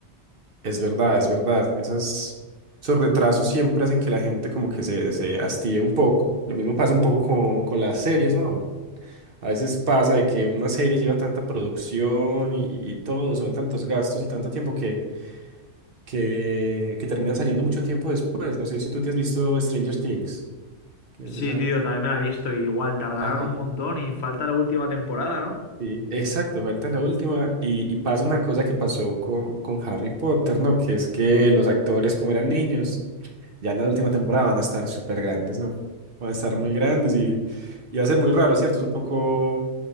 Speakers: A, on the right; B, on the left.
A: Es verdad, es verdad. Esas, esos retrasos siempre hacen que la gente como que se, se hastíe un poco. Lo mismo pasa un poco con, con las series, ¿no? A veces pasa de que una serie lleva tanta producción y, y todo, son tantos gastos y tanto tiempo que, que, que termina saliendo mucho tiempo después. No sé si tú te has visto Stranger Things, que
B: Sí,
A: es esa.
B: tío, también me la he visto, y igual tardaron
A: Ajá.
B: un montón y falta la última temporada, ¿no?
A: Sí, exacto, falta la última. Y, y pasa una cosa que pasó co- con, Harry Potter, ¿no? Que es que los actores, como eran niños, Ya en la última temporada van a estar súper grandes, ¿no? Van a estar muy grandes y, y va a ser muy raro, ¿cierto? Es un poco